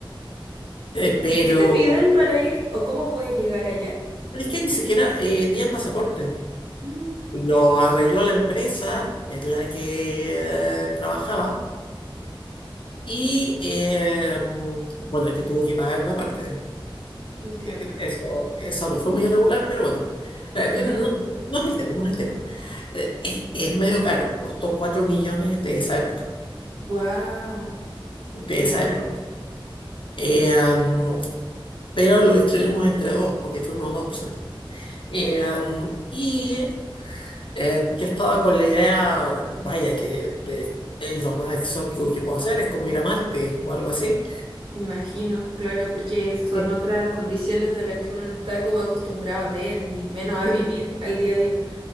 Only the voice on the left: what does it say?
Eh, pero
es que ni siquiera eh, piden pasaporte.
Lo arregló la empresa en la que eh, trabajaba y, eh, mm, bueno, que tuvo que pagar una parte.
Eh, Eso, eso no fue muy irregular, pero bueno. Eh,
eh, no, no es el tema, no es el tema. Eh, es, es medio caro, costó 4 millones de esa época,
de
esa
época.
Eh, um, pero lo distribuimos entre dos, porque fuimos dos personas. Eh, um, y eh, yo estaba con la idea, vaya, que eh, es lo más exótico que puedo hacer, es como ir a Marte o algo así.
Bien.